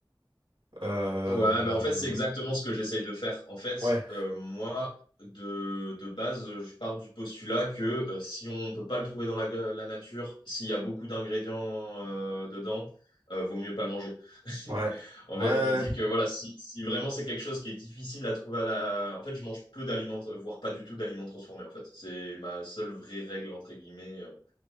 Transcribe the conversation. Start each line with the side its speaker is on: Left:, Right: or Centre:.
Right: Euh,
Left: Ouais, bah en fait,
Right: euh,
Left: c'est exactement ce que j'essaye de faire. En fait,
Right: ouais,
Left: euh, moi, de, de base, je pars du postulat que euh, si on ne peut pas le trouver dans la, la nature, s'il y a beaucoup d'ingrédients euh, dedans, euh, vaut mieux pas le manger. <laughs>
Right: ouais,
Left: En
Right: ouais,
Left: fait,
Right: ouais.
Left: je me dis que voilà, si, si vraiment c'est quelque chose qui est difficile à trouver à la... En fait, je mange peu d'aliments, voire pas du tout d'aliments transformés, en fait. C'est ma seule vraie règle, entre guillemets. euh,